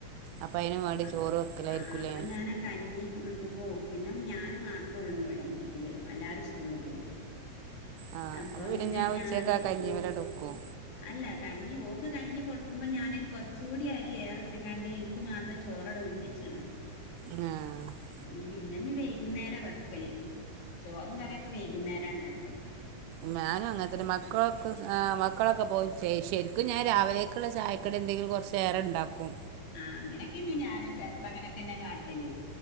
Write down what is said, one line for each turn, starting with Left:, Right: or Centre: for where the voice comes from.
Right: അപ്പൊ അയിന് വേണ്ടി
Left: അഹ്
Right: ചോറ് വെക്കലായിരിക്കുംല്ലേ
Left: ആഹ് അപ്പൊ ഞാനാകഞ്ഞി നിക്കുമ്പോ പിന്നെ ഞാൻ മാത്രേ ഉള്ളൂ ഇവിടെ വീട്ടില് എല്ലാരും സ്കൂള് പോയി
Right: ആഹ്
Left: അപ്പൊ പിന്നെ
Right: ഞാൻ ഉച്ചക്ക്
Left: ഞാന്
Right: ആ കഞ്ഞിമലാണ്ട്
Left: ഓ
Right: വെക്കും
Left: അല്ല കഞ്ഞി ഓക്ക് കഞ്ഞി കൊടുക്കുമ്പോ ഞാനൊരു കൊറച്ചുകൂടി അരി ഏറട്ട് കാണ്ട് ഇൻ ക്ക് മാത്രം ചോറട ഊറ്റ്യച്ചീണ്
Right: ആഹ്
Left: ഉം പിന്നെ ഞ് വൈകുന്നേര വെക്കല് ചോറും കറിയൊക്കെ വൈകുന്നേരണ്ടാക്കല്
Right: മാനു അങ്ങൻത്തെന്നെ മക്കളൊക്കെ സ് ആഹ് മക്കളൊക്കെ പോയിൻ ശേഷ ശരിക്കും ഞാൻ രാവിലേക്കുള്ള ചായക്കടി എന്തെങ്കിലു കുറച് ഏറെ ണ്ടാക്കു
Left: ആഹ് അങ്ങനൊക്കന്നെ ഞാനും ചെലപ്പോ അങ്ങനൊക്കെന്നെ കാട്ടല്